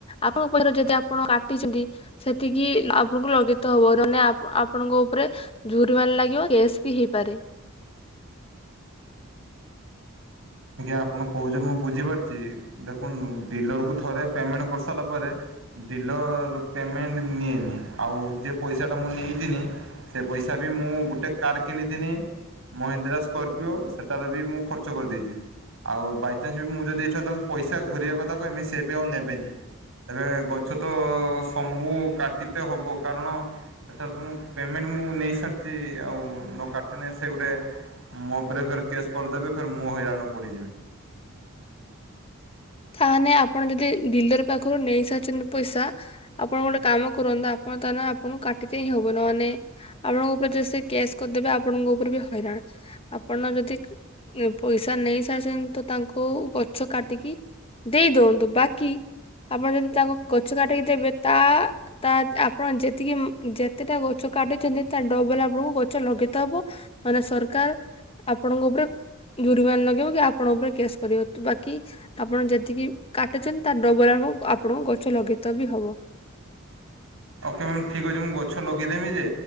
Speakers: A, on the left; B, on the right.
A: ଆପଣଙ୍କ ଉପରେ ଯଦି ଆପଣ କାଟିଛନ୍ତି ସେତିକି ଆପଣଙ୍କୁ ଲଗିତ ହବ ମାନେ ଆପଣଙ୍କ ଉପରେ ଜୋରି ମାନ ଲାଗିବ କେଶ୍ ବି ହେଇପାରେ
B: ଆଜ୍ଞା ଆପଣ କହୁଛନ୍ତି ମୁଁ ବୁଝିପାରୁଛି ଦେଖନ୍ତୁ ଡିଲର କୁ ଥରେ ପେମେଣ୍ଟ କରିସାରିଲା ପରେ ଡିଲର ପେମେଣ୍ଟ ନିଏନି ଆଉ ଯ ପଇସାଟା ମୁଁ ନେଇିନି ସେ ପଇସା ବି ମୁଁ ଗୋଟେ କାର୍ କିଣିଥିନି ମହିନ୍ଦ୍ରା ସ୍କର୍ପିଓ ସେଠାରେ ବି ମୁଁ ଖର୍ଚ୍ଚ କରିଦେଇଛି। ଆଉ ବାଇଚାନ୍ସ ବି ମୁଁ ଯଦି ଛନ୍ତି ତାଙ୍କୁ ପଇସା ଘୁରରିବା କଥା କହମିତି ସେ ବି ଆଉ ନେବେନି ଏବେ ଗଛ ତ ସବୁ କାଟିିତେ ହବ କାରଣ ଏଠାରେ ତ ପେମେଣ୍ ମୁଁ ନେଇାରିଛି ଆଉ ଗୋଟେ ମୋ ଉପରେ ଫର କେସ୍ କରିଦେବେ ଫର ମୁଁ ହଇରାଣ ପଡିଯିବି
A: ତାହେଲେ ଆପଣ ଯଦି ଡିଲର ପାଖରୁ ନେଇ ସାରିଛନ୍ତି ପଇସା ଆପଣ ଗୋଟେ କାମ କରନ୍ତୁ ଆପଣ ତା ଆପଣଙ୍କୁ କାଟଦେ ହିଁ ହବ ନହେଲେ ଆପଣଙ୍କ ଉପରେ ଯଦି କେସ୍ କରିଦେବେ ଆପଣଙ୍କ ଉପରେ ବି ହଇରାଣ ଆପଣ ଯଦି ପଇସା ନେଇ ସାରଛନ୍ତି ତ ତାଙ୍କୁ ଗଛ କାଟିକି ଦେଇ ଦିଅନ୍ତୁ ବାକି ଆପଣ ଯଦି ତାଙ୍କ ଗଛ କାଟିକି ଦେବେ ତା ତା ଆପଣ ଯେତିକି ଯେତେଟା ଗଛ କାଟୁଛନ୍ତି ତା ଡବଲ ଆପଣଙ୍କୁ ଗଛ ଲଗେଇତ ହବ ମାନେ ସରକାର ଆପଣଙ୍କ ଉପରେ ଦୁରିବାନ ଲଗେଇିବ କି ଆପଣଙ୍କ ଉପରେ କେସ୍ କରିବ ବାକି ଆପଣ ଯଦି ଯେତିକି କାଟୁଚଛନ୍ତି ତ ଡବଲ ଆ ଆପଣଙ୍କ ଗଛ ଲଗେଇ ବି ହବ
B: ଓକେ ମ୍ୟାମ୍ ଠିକ ଅଛି ମୁଁ ଗଛ ଲଗେଇଦେମି ଯେ